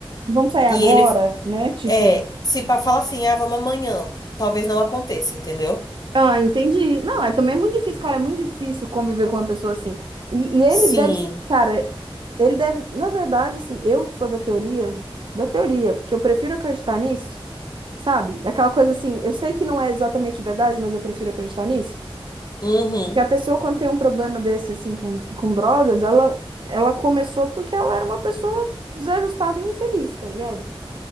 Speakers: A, on the right; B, on the left.
A: Vamos sair
B: E
A: agora,
B: ele
A: né? Tipo,
B: é, se pa- falar assim, ah, vamos amanhã, talvez não aconteça, entendeu?
A: Ah, entendi. Não, é também é muito difícil, cara, é muito difícil conviver com uma pessoa assim. E, e ele
B: Sim.
A: deve, cara, ele deve, na verdade, assim, eu sou da teoria, da teoria, porque eu prefiro acreditar nisso, sabe? Aquela coisa assim, eu sei que não é exatamente verdade, mas eu prefiro acreditar nisso.
B: Uhum,
A: Porque a pessoa, quando tem um problema desse, assim, com, com drogas, ela, ela começou porque ela era uma pessoa desajustada e infeliz, tá ligado?